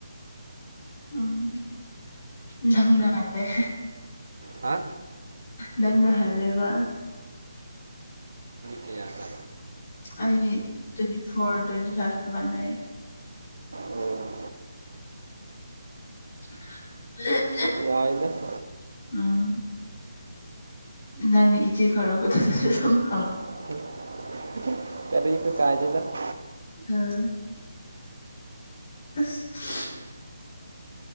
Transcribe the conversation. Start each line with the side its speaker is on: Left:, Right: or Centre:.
Left: ꯎꯝ ꯅꯪꯅ ꯍꯜꯂ‌ꯦ
Right: ꯍꯥ
Left: ꯅꯪꯅ ꯍꯜꯂꯦꯕ
Right: ꯀꯌꯥꯔ
Left: ꯑꯩ ꯇ꯭ꯋꯦꯟꯇꯤ ꯐꯣꯔ ꯇ꯭ꯋꯦꯟꯇꯤ ꯐꯥꯏꯚ ꯗꯨꯃꯥꯏ ꯂꯩ
Right: ꯑꯣ
Left: <unintelligible>
Right: ꯋꯥꯏꯗꯥ <unintelligible>
Left: ꯎꯝ ꯅꯪꯅ ꯏꯆꯦ ꯀꯧꯔꯛꯀ <unintelligible>
Right: <unintelligible> ꯀꯔꯤ ꯇꯨ ꯀꯥꯏꯗꯩꯅ‌ꯣ <unintelligible>
Left: ꯑꯥ ꯑꯁ <unintelligible>